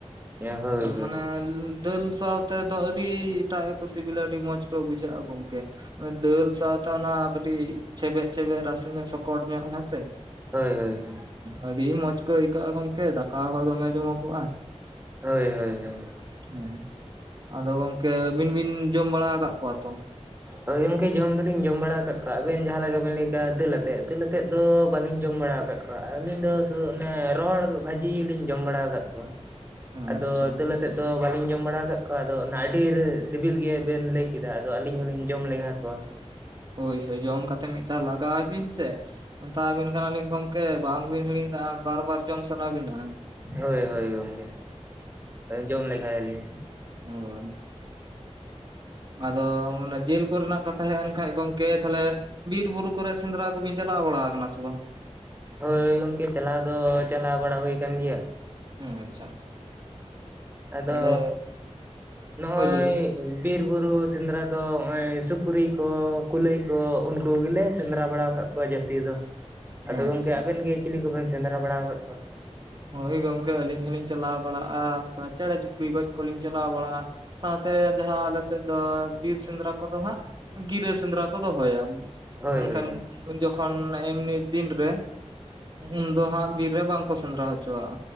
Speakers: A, on the right; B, on the right.
A: ᱦᱳᱭ ᱦᱳᱭ
B: ᱢᱟᱱᱮᱻ ᱫᱟᱹᱞ ᱥᱟᱶᱛᱮ ᱫᱚ ᱟᱹᱰᱤ ᱮᱴᱟᱜ ᱜᱮᱠᱚ ᱥᱤᱵᱤᱞᱟ ᱟᱹᱰᱤ ᱢᱚᱸᱡᱽ ᱠᱚ ᱵᱩᱡᱷᱟᱹᱜᱼᱟ ᱜᱚᱝᱠᱮ ᱾ ᱫᱟᱹᱞ ᱥᱟᱶᱛᱮ ᱚᱱᱟ ᱠᱟᱹᱴᱤᱡ ᱪᱷᱮᱵᱮᱡ ᱪᱷᱮᱵᱮᱡ ᱨᱟᱥᱮ ᱧᱚᱜ ᱥᱚᱠᱚᱴ ᱧᱚᱜ ᱦᱮᱸᱥᱮ
A: ᱦᱳᱭ ᱦᱳᱭ
B: ᱟᱹᱰᱤ ᱢᱚᱸᱡᱽ ᱠᱚ ᱟᱹᱭᱠᱟᱹᱜᱼᱟ ᱜᱚᱝᱠᱮ ᱫᱟᱠᱟ ᱦᱚᱸ ᱫᱚᱢᱮ ᱡᱚᱢᱚᱜᱚᱜᱼᱟ ᱾
A: ᱦᱳᱭ ᱦᱳᱭ ᱦᱳᱭ
B: ᱦᱮᱸ ᱟᱫᱚ ᱜᱚᱝᱠᱮ ᱟᱹᱵᱤᱱ ᱵᱤᱱ ᱡᱚᱢ ᱵᱟᱲᱟ ᱟᱠᱟᱫ ᱠᱚᱣᱟ ᱛᱚ?
A: ᱦᱳᱭ ᱜᱚᱝᱠᱮ ᱡᱚᱢ ᱫᱚᱞᱤᱧ ᱡᱚᱢ ᱵᱟᱲᱟ ᱟᱠᱟᱫ ᱠᱚᱣᱟ ᱟᱵᱮᱱ ᱡᱟᱦᱟᱸ ᱞᱮᱠᱟ ᱵᱮᱱ ᱞᱟᱹᱭ ᱦᱮ ᱫᱟᱹᱞ ᱟᱛᱮᱫ ᱫᱟᱹᱞ ᱟᱛᱮᱫ ᱫᱚ ᱵᱟᱹᱞᱤᱧ ᱡᱚᱢ ᱵᱟᱲᱟ ᱟᱠᱟᱫ ᱠᱚᱣᱟ ᱟᱹᱞᱤᱧ ᱫᱚ ᱥᱩᱫᱩ ᱚᱱᱮ ᱨᱚᱦᱚᱲ ᱵᱷᱟᱹᱡ ᱡᱤ ᱞᱤᱧ ᱡᱚᱢ ᱵᱟᱲᱟ ᱟᱠᱟᱫ ᱠᱚᱣᱟ ᱟᱫᱚ
B: ᱟᱪᱪᱷᱟ
A: ᱫᱟᱹᱞ ᱛᱮᱫ ᱫᱚ ᱵᱟᱞᱤᱧ ᱡᱚᱢ ᱵᱟᱲᱟ ᱟᱠᱟᱫ ᱠᱚᱣᱟ ᱟᱫᱚ ᱚᱱᱟ ᱟᱹᱰᱤ ᱥᱤᱵᱤᱞ ᱜᱮᱵᱮᱱ ᱞᱟᱹᱭ ᱠᱮᱫᱟ ᱟᱫᱚ ᱟᱹᱞᱤᱧ ᱦᱚᱞᱤᱧ ᱡᱚᱢ ᱞᱮᱜᱟ ᱠᱚᱣᱟ ᱾
B: ᱦᱳᱭ ᱦᱳᱭ ᱡᱚᱢ ᱠᱟᱛᱮ ᱢᱤᱫ ᱫᱷᱟᱣ ᱞᱟᱜᱟᱣ ᱵᱤᱱ ᱥᱮ ᱢᱮᱛᱟᱵᱤᱱ ᱠᱟᱱᱟᱞᱤᱧ ᱜᱚᱢᱠᱮ ᱵᱟᱝᱵᱤᱱ ᱦᱤᱲᱤᱧ ᱫᱟᱜ ᱟ ᱵᱟᱨ ᱵᱟᱨ ᱡᱚᱢ ᱥᱟᱱᱟ ᱵᱤᱱᱟ ᱾
A: ᱦᱳᱭ ᱦᱳᱭ ᱜᱚᱢᱠᱮ ᱡᱚᱢ ᱞᱮᱜᱟᱭᱟᱞᱤᱧ ᱾
B: ᱦᱳᱭ ᱟᱫᱚ ᱚᱱᱮ ᱡᱤᱞ ᱠᱚᱨᱮᱱᱟᱜ ᱠᱟᱛᱷᱟ ᱦᱮᱡ ᱮᱱ ᱠᱷᱟᱱ ᱜᱚᱝᱠᱮ ᱛᱟᱦᱞᱮ ᱵᱤᱨ ᱵᱩᱨᱩ ᱠᱚᱨᱮ ᱥᱮᱸᱫᱽᱨᱟ ᱠᱚᱵᱤᱱ ᱪᱟᱞᱟᱣ ᱵᱟᱲᱟ ᱟᱠᱟᱱᱟ ᱥᱮ ᱵᱟᱝ?
A: ᱦᱳᱭ ᱜᱚᱝᱠᱮ ᱪᱟᱞᱟᱣ ᱫᱚ ᱪᱟᱞᱟᱣ ᱵᱟᱲᱟ ᱦᱩᱭ ᱟᱠᱟᱱ ᱜᱮᱭᱟ ᱾
B: ᱦᱩᱸ ᱟᱪᱪᱷᱟ
A: ᱟᱫᱚ
B: ᱛᱟᱦᱚᱞᱮ
A: ᱱᱚᱜ-ᱚᱭ
B: ᱦᱳᱭ ᱞᱟᱹᱭ ᱵᱤᱱ
A: ᱵᱤᱨ ᱵᱩᱨᱩ ᱥᱮᱸᱫᱽᱨᱟ ᱫᱚ ᱱᱚᱜᱼᱚᱭ ᱥᱩᱠᱨᱤ ᱠᱚ, ᱠᱩᱞᱟᱹᱭ ᱠᱚ ᱩᱱᱠᱩ ᱜᱮᱞᱮ ᱥᱮᱸᱫᱽᱨᱟ ᱵᱟᱲᱟ ᱟᱠᱟᱫ ᱠᱚᱣᱟ ᱡᱟᱹᱥᱛᱤ ᱫᱚ,
B: ᱟᱪᱪᱷᱟ
A: ᱟᱫᱚ ᱜᱚᱢᱠᱮ ᱟᱵᱮᱱ ᱜᱮ ᱪᱤᱞᱤ ᱠᱚᱵᱮᱱ ᱥᱮᱸᱫᱽᱨᱟ ᱵᱟᱲᱟ ᱟᱠᱟᱫ ᱠᱚᱣᱟ?
B: ᱦᱳᱭ ᱜᱚᱝᱠᱮ ᱟᱹᱞᱤᱧ ᱦᱚᱞᱤᱧ ᱪᱟᱞᱟᱣ ᱵᱟᱲᱟᱜ-ᱟ ᱚᱱᱠᱟ ᱪᱮᱸᱬᱮ ᱪᱩᱯᱲᱤ ᱜᱚᱡ ᱠᱚᱞᱤᱧ ᱪᱟᱞᱟᱣ ᱵᱟᱲᱟᱜᱼᱟ ᱾ ᱥᱟᱶᱛᱮ ᱡᱟᱦᱟᱸ ᱟᱞᱮ ᱥᱮᱫ ᱫᱚ ᱵᱤᱨ ᱥᱮᱸᱫᱽᱨᱟ ᱠᱚᱫᱚ ᱦᱟᱸᱜ ᱜᱤᱨᱟᱹ ᱥᱮᱸᱫᱽᱨᱟ ᱠᱚ ᱫᱚᱦᱚᱭᱟ ᱾
A: ᱦᱳᱭ
B: ᱮᱱᱠᱷᱟᱱ
A: ᱦᱳᱭ
B: ᱩᱱ ᱡᱚᱠᱷᱚᱱ ᱮᱢᱱᱤ ᱫᱤᱱ ᱨᱮ ᱩᱱ ᱫᱚ ᱦᱟᱸᱜ ᱵᱤᱨ ᱨᱮ ᱵᱟᱝᱠᱚ ᱥᱮᱸᱫᱽᱨᱟ ᱦᱚ ᱪᱚᱣᱟᱜ-ᱟ᱾